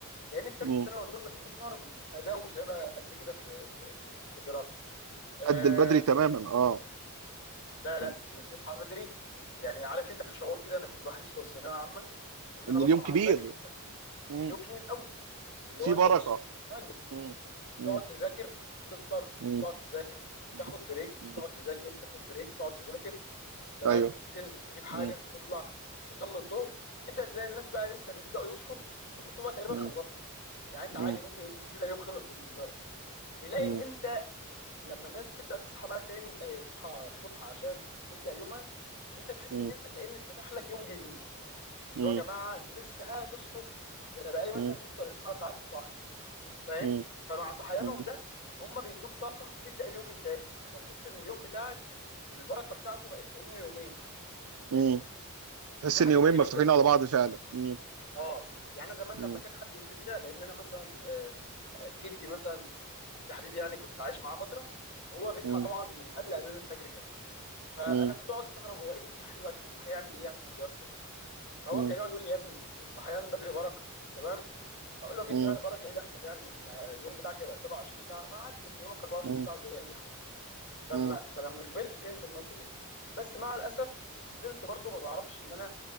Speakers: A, on the left (about 50°); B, on the right (about 70°).
A: لان في ثالثه
B: م-
A: ثانوي اظن اللي بيسهر اداؤه مش هيبقى قد كده في في في الدراسه أه
B: قد البدري تماما اه
A: لا لا
B: م.
A: انك تصحى بدري يعني عارف انت في شعور كده انا كنت بحسه في ثانويه عامه ان انا
B: ان
A: بصحى
B: اليوم
A: مع
B: كبير
A: الفجر
B: م.
A: اليوم طويل قوي اللي
B: في
A: هو انت
B: بركه
A: بص بتصحى الفجر
B: م. م.
A: تقعد تذاكر تفطر
B: م.
A: تقعد تذاكر
B: م.
A: تاخد بريك
B: م.
A: تقعد تذاكر تاخد بريك تقعد تذاكر تمام
B: ايوه
A: تنزل تجيب حاجه
B: م.
A: تطلع تصلي الظهر تبدا تلاقي الناس بقى لسه بيبداوا يصحوا انت بتبقى تقريبا
B: م.
A: خلصت يعني انت
B: مم.
A: عادي ممكن انت كده اليوم خلص بالنسبه لك تلاقي
B: مم.
A: ان انت لما الناس بتبدا تصحى بقى تاني اه تصحى الصبح عشان تبدا يومها انت تحس
B: مم.
A: ان انت كان اتفتح لك يوم جديد اللي
B: مم.
A: هو يا جماعه انتوا لسه هتصحوا ده انا بقالي مثلا
B: مم.
A: ست ولا سبع ساعات صاحي فاهم
B: مم.
A: فمع صحيانهم
B: مم.
A: ده هم بيدوك طاقه تبدا اليوم من تاني فتحس ان اليوم بتاعك البركه بتاعته بقت كانه يومين فاهمني
B: مم. تحس
A: ودي حاجه
B: ان يومين
A: غريبه
B: مفتوحين
A: بجد
B: على بعض فعلا مم.
A: اه يعني أنا زمان
B: مم.
A: لما كان حد يقول لي كده لان انا مثلا آه، آه، جدي مثلا بالتحديد يعني كنت عايش معاه فتره هو بيصحى
B: مم.
A: طبعا من قبل اذان الفجر كمان فانا
B: مم.
A: كنت اقعد استغرب هو ايه اللي مصحيه الوقت بيصحى يعمل ايه يعني في الوقت ده فهو
B: مم.
A: كان يقعد يقول لي يا ابني الصحيان بدري بركه تمام اقول له جدو
B: مم.
A: يعني بركه ايه اللي يحصل يعني انت اليوم بتاعك يبقى 27 ساعه ما عادي ما انت يومك 24
B: مم.
A: ساعه زي اي حد فلما
B: مم.
A: فلما كبرت فهمت النقطه دي بس مع الاسف زلت برضو ما بعرفش ان انا